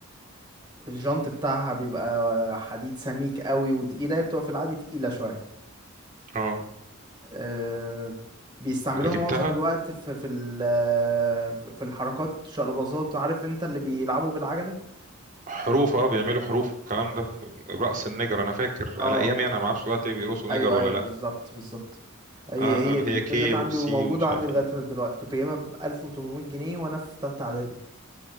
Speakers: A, on the right; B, on the right.
A: الجنط بتاعها بيبقى حديد سميك قوي وتقيلة هي بتبقى في العادي تقيلة شوية
B: اه
A: أه بيستعملوها
B: ركبتها
A: معظم الوقت في في ال- في الحركات شقلباظات عارف انت اللي بيلعبوا بالعجلة
B: حروف اه بيعملوا حروف والكلام ده في رأس النجر انا فاكر
A: اه
B: على ايامي انا ما اعرفش دلوقتي ايه بيرقصوا
A: ايوه
B: نجر ولا
A: ايوه
B: لا
A: بالظبط بالظبط هي
B: اه
A: هي
B: آه، اللي
A: دي
B: هي
A: فضلت
B: كي
A: عندي
B: وسي
A: وموجودة
B: ومش
A: عندي
B: عارف
A: لغاية
B: ايه
A: دلوقتي كنت جايبها ب 1800 جنيه وانا في تالتة اعدادي